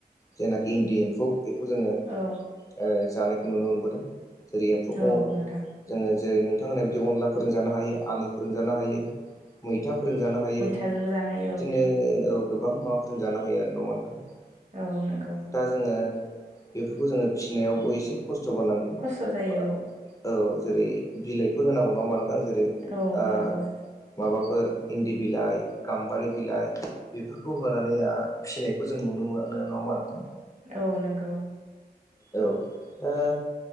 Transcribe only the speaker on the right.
औ
औ नोंथां
थाजोबो जानो हायो
औ
औ नोंगौ।
खस्थ' जायो
औ
नंगौ
औ नंगौ